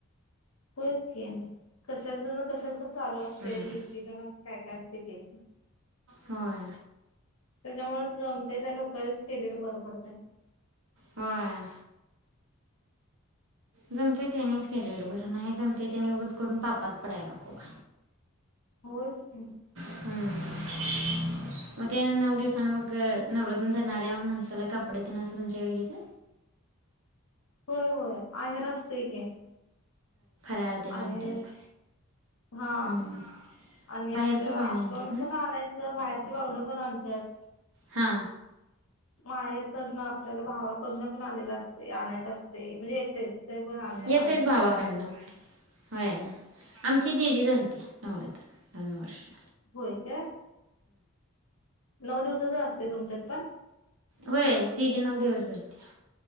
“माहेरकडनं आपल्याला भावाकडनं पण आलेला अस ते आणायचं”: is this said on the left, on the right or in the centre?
Left